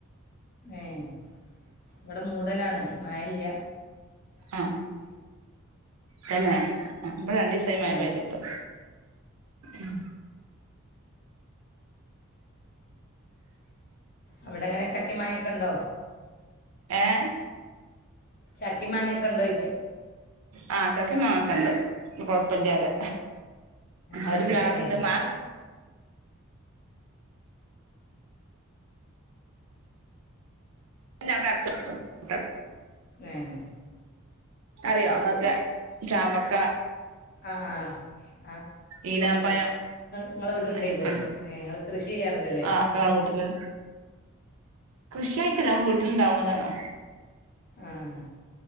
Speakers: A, on the left (about 40°); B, on the right (about 80°).
A: ഏഹ് ഇവിടെ മൂടലാണ് മഴയില്ല്യ
B: ആ തെന്നെ ഇവിടെ രണ്ടീസായി
A: ആ
B: മഴ പെയ്തിട്ട് ഉം
A: അവിടെ എങ്ങനെ ചക്കേം മാങ്ങേ ഒക്കെ ഇണ്ടോ
B: ഏഹ്
A: ചക്കേം മാങ്ങയൊക്കെ ഇണ്ടോ ചോദിക്കാ
B: ആ ചക്കയും മാങ്ങയൊക്കെ ഇണ്ട്. കൊഴപ്പല്ല്യാതേ
A: അവിടെ
B: ഒരു
A: അടുത്ത്
B: പ്ലാവുണ്ട്
A: തന്നെയായിരിക്കും
B: മാങ്ങ <unintelligible>
A: ഏഹ്
B: അറിയോ അതൊക്കെ ചാമ്പക്ക
A: ആഹ് ആഹ്
B: ഈനമ്പഴം
A: നിങ്ങളെ വീട്ടിലുണ്ടായിരിക്കും
B: അയ്യൊക്കെണ്ട്
A: ഏ നിങ്ങൾ കൃഷി ചെയ്യാറുണ്ടല്ലേ
B: ആ ആക്കെ ഞങ്ങളെ വീട്ടില് കൃഷിയായിട്ടല്ല നമ്മളെ വീട്ടിലിണ്ടാവുന്നതാണ്.
A: ആഹ്